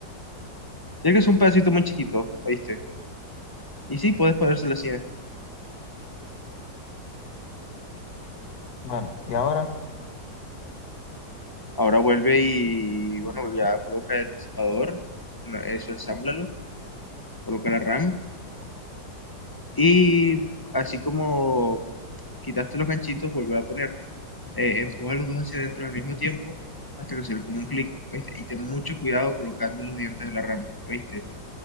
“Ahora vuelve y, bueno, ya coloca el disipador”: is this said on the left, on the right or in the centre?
Left